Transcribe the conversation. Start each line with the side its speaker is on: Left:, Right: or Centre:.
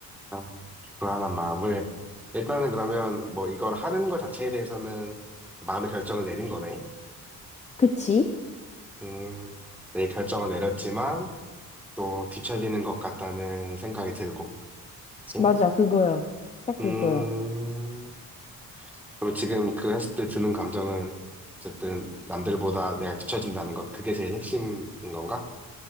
Centre: 아, 불안한 마음을. 일단은 그러면 뭐 이걸 하는 것 자체에 대해서는 마음의 결정을 내린 거네.
Left: 그치?
Centre: 음, 내 결정을 내렸지만 또 뒤처지는 것 같다는 생각이 들고. 그치?
Left: 맞아, 그거야. 딱 그거야.
Centre: 음, 그럼 지금 그 했을 때 드는 감정은 어쨌든 남들보다 내가 뒤처진다는 것, 그게 제일 핵심인 건가?